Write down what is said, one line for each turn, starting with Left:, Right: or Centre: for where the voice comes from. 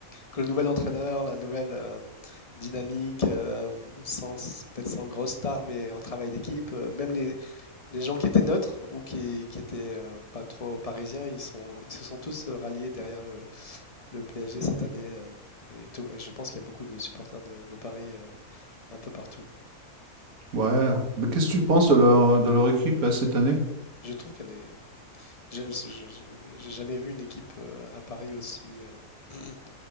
Left: que le nouvel entraîneur, la nouvelle euh, dynamique, euh, sans, peut-être sans grosse star, mais en travail d'équipe, euh, même les, les gens qui étaient neutres ou qui, qui étaient euh, pas trop parisiens, ils sont, ils se sont tous euh, ralliés derrière le, le PSG cette année. euh, et, tout- et je pense qu'il y a beaucoup de supporters de, de Paris euh, un peu partout.
Right: Ouais. Mais qu'est-ce que tu penses de leur, de leur équipe, là, cette année?
Left: Je trouve qu'elle est. je- je- je- J'ai jamais vu une équipe euh, à Paris aussi. euh, <clears throat>